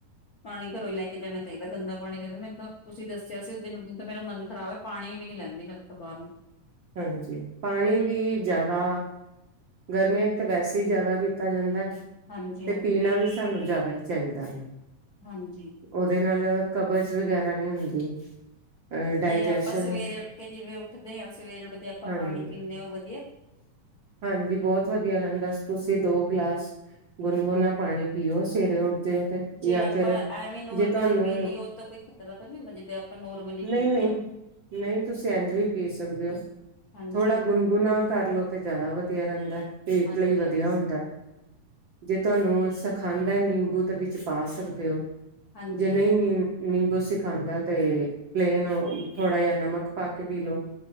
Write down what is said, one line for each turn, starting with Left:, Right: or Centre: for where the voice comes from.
Left: ਪਾਣੀ ਘਰੋਂ ਹੀ ਲੈ ਕੇ ਜਾਣਾ ਚਾਹੀਦਾ ਗੰਦਾ ਪਾਣੀ ਦੇ ਮੈ ਤਾਂ ਤੁਸੀਂ ਦੱਸਿਆ ਸੀ ਉਸ ਦਿਨ ਉਸ ਦਿਨ ਤੋਂ ਮੇਰਾ ਮਨ ਖ਼ਰਾਬ ਐ ਪਾਣੀ ਵੀ ਨੀ ਲੈਂਦੀ ਮੈਂ ਉੱਥੋਂ ਬਾਹਰੋਂ
Right: ਹਾਂਜੀ ਪਾਣੀ ਵੀ ਜ਼ਿਆਦਾ ਗਰਮੀਆਂ ਚ ਤਾਂ ਵੈਸੇ ਹੀ ਜ਼ਿਆਦਾ ਪੀਤਾ ਜਾਂਦਾ
Left: ਹਾਂਜੀ
Right: ਤੇ
Left: ਹਾਂਜੀ
Right: ਪੀਣਾ ਵੀ ਸਾਨੂੰ ਜ਼ਿਆਦਾ ਹੀ ਚਾਹੀਦਾ ਵ
Left: ਹਾਂਜੀ
Right: ਉਹਦੇ ਨਾਲ ਕਬਜ਼ ਵਗੈਰਾ ਨੀ ਹੁੰਦੀ ਅ ਡਾਇਜੈਸ਼ਨ
Left: ਜੇ ਆਪਾਂ ਸਵੇਰੇ ਉੱਠ ਕੇ ਜਿਵੇਂ ਉੱਠਦੇ ਆ ਸਵੇਰੇ ਉੱਠਦੇ ਆਪਾਂ
Right: ਹਾਂਜੀ।
Left: ਪਾਣੀ ਪੀਂਨੇ ਆ ਵ
Right: ਹਾਂਜੀ ਬਹੁਤ ਵਧੀਆ ਰਹਿੰਦਾ ਤੁਸੀਂ ਦੋ ਗਲਾਸ ਗੁਨਗੁਨਾ ਪਾਣੀ ਪੀਓ ਸਵਾਰੇ ਉਠ ਦੇ ਓ ਤੇ
Left: ਜੇ
Right: ਜਾਂ
Left: ਆਪਾਂ
Right: ਫਿਰ
Left: ਐਵੇਂ ਨੋਰਮਲੀ
Right: ਜੇ ਤੁਹਾਨੂੰ
Left: ਪੀ ਲਈਏ ਉਹ ਤਾਂ ਕੋਈ ਖਤਰਾ ਤਾਂ ਨਹੀਂ ਹੁੰਦਾ ਜਿੱਦਾਂ ਆਪਾਂ ਨੋਰਮਲੀ ਪੀ
Right: ਨਈ-ਨਈ-ਨਈ
Left: ਲਿਆ
Right: ਤੁਸੀਂ ਇੰਜ ਵੀ ਪੀ ਸਕਦੇ ਓ
Left: ਹਾਂਜੀ
Right: ਥੋੜਾ ਗੁਨਗੁਣਾ ਕਰ ਲਓ ਤੇ ਜਿਆਦਾ ਵਧੀਆ ਰਹਿੰਦਾ ਪੇਟ
Left: ਹਾਂਜੀ
Right: ਲਈ ਵਧੀਆ
Left: ਹਾਂਜੀ
Right: ਹੁੰਦਾ ਜੇ ਤੁਹਾਨੂੰ ਸਖਾਂਦਾ ਨਿੰਬੂ ਤੇ ਵਿੱਚ ਪਾ ਸਕਦੇ ਓ
Left: ਹਾਂਜੀ
Right: ਜੇ ਨਈ ਨੀ ਨਿੰਬੂ ਸਿੱ ਖਾਂਦਾ ਤੇ ਪਲੇਨ ਥੋੜਾ ਜਿਹਾ ਨਮਕ ਪਾ ਕੇ ਪੀ ਲੋੋ